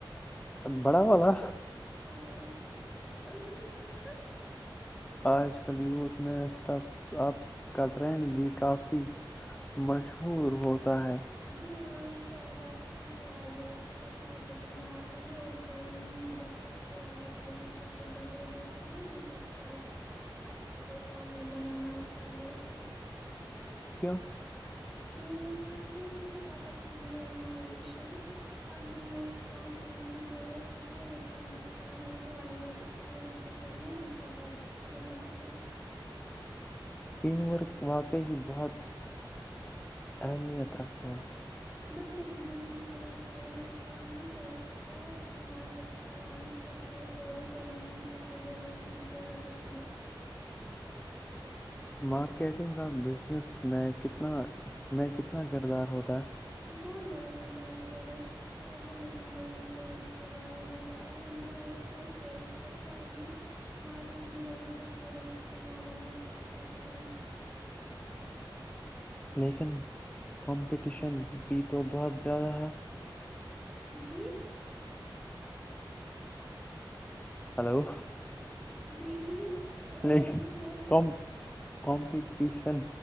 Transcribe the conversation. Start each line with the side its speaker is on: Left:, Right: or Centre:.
Left: بڑا والا
Centre: ہ
Left: آج کل یوتھ میں سٹب آپ کا ٹرینڈ بھی کافی مشہور ہوتا ہے
Centre: جی ہاں اسٹارٹ اپس نئے آئیڈیاز کے ساتھ مارکیٹنگ میں آتے ہیں اور کئی دفعہ پرانے طریقوں کو بدل دیتے ہیں لیکن اسٹارٹ اپ کو کامیاب بنانا آسان نہیں ہوتا
Left: کیوں
Centre: کیوں کیوںکہ اسٹارٹ اپ کے لئے انوویشن فنڈنگ اور اسٹرانگ ٹیم کی ضرورت ہوتی ہے اگر ٹیم اچھی نہ ہو تو آئیڈیا کتنا ہی اچھا کیوں نہ ہو مشکل پیدا ہو سکتی ہے
Left: ٹیم ورک واقعی بہت
Centre: اچھا
Left: اہمیت رکھتا ہے
Centre: بالک ل کے ب بنس مین اکیلا ہر کام نہیں کر سکتا تا اس سے مارکیٹنگ فائنانس کسٹمر سروس اور مینجمنٹ کے لیئے لوگوں کی ضرورت ہوتی ہے
Left: مارکیٹنگ کا بزنس میں کتنا میں کتنا کردار ہوتا ہے
Centre: بہت بڑا کرتا ہے اگر پروڈکٹ اچھے ہو تو لیکن لوگوں کو اس کے بارے میں پتتا ہی نہ ہو تو سیلس کیسے ہوگی مارکیٹنگ لوگوں تک پروڈکٹ کے معلومات پہنچاتی ہے
Left: لیکن کمپٹیشن بھی تو بہت زیادہ ہے
Centre: جی ب بت <unintelligible>
Left: ہلو
Centre: جی جی میں بتا
Left: لیکن
Centre: رہی ہوں
Left: کم کمپٹیشن